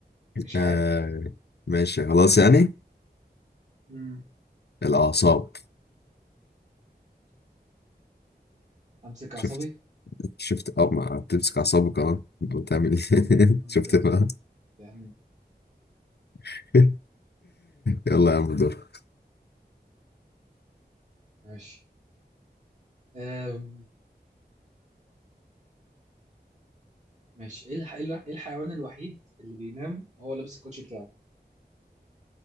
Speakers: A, on the right; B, on the left.
A: مش
B: آه،
A: عارف
B: ماشي خلاص يعني
A: مم.
B: الأعصاب
A: امسك
B: شفت
A: اعصابي
B: شفت اه ما بتمسك أعصابك اه بتعمل ايه <laughs>
A: أمسك-
B: شفت بقى
A: يا عم
B: <laughs> يلا يا عم دور
A: ماشي آه، ماشي ايه الح... ايه الح- إيه الحيوان الوحيد اللي بينام وهو لابس الكوتشي بتاعه